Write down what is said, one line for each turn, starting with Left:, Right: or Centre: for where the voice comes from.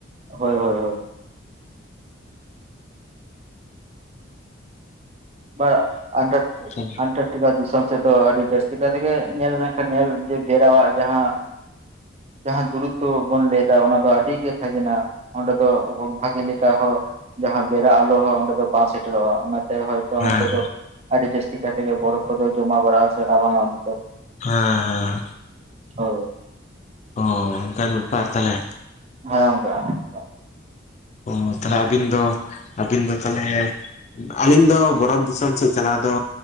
Right: ᱦᱳᱭ ᱦᱳᱭ ᱦᱳᱭ᱾ <unintelligible>
Left: ᱦᱮᱸ
Right: <inaudible> ᱫᱤᱥᱚᱢ ᱥᱮᱫ ᱫᱚ ᱟᱹᱰᱤ ᱡᱟᱹᱥᱛᱤ ᱠᱟᱭ ᱛᱮᱜᱮ ᱧᱮᱞ ᱞᱮᱱᱠᱷᱟᱱ ᱧᱮᱞ ᱡᱮ ᱵᱮᱨᱟᱣᱟᱜ ᱡᱟᱦᱟᱸ᱾ ᱡᱟᱦᱟᱸ ᱫᱩᱨᱚᱛᱚ ᱵᱚᱱ ᱞᱟᱹᱭ ᱫᱟ ᱚᱱᱟ ᱫᱚ ᱟᱹᱰᱤ ᱜᱮ ᱥᱟᱜᱤᱱᱟ᱾ ᱚᱸᱰᱮ ᱫᱚ ᱵᱷᱟᱜᱤ ᱞᱮᱠᱟ ᱦᱚᱸ ᱡᱟᱦᱟᱸ ᱵᱮᱨᱟ ᱟᱞᱚ ᱦᱚᱸ ᱚᱸᱰᱮ ᱫᱚ ᱵᱟᱝ ᱥᱮᱴᱮᱨᱚᱜ-ᱟ ᱚᱱᱟᱛᱮ ᱦᱚᱭ ᱛᱚ ᱚᱱᱛᱮ
Left: ᱦᱮᱸ
Right: ᱫᱚ ᱟᱹᱰᱤ ᱡᱟᱹᱥᱛᱤ ᱠᱟᱭ ᱛᱮᱜᱮ ᱵᱚᱨᱚᱯ ᱠᱚᱫᱚ ᱡᱚᱢᱟ ᱵᱟᱨᱟ ᱥᱮ ᱨᱟᱵᱟᱝ ᱚᱱ <inaudible>
Left: ᱦᱮᱸ
Right: ᱦᱳᱭ᱾
Left: ᱚ ᱚᱱᱠᱟᱱ ᱵᱮᱯᱟᱨ ᱛᱟᱦᱞᱮ᱾
Right: ᱦᱮᱸ ᱜᱚᱢᱠᱮ ᱾
Left: ᱚ ᱛᱟᱞᱦᱮ ᱟᱹᱵᱤᱱ ᱫᱚ ᱟᱹᱵᱤᱱ ᱫᱚ ᱛᱟᱞᱦᱮ᱾ ᱟᱹᱞᱤᱧ ᱫᱚ ᱵᱚᱨᱚᱛ ᱫᱤᱥᱚᱢ ᱥᱮᱫ ᱪᱟᱞᱟᱣ ᱫᱚ᱾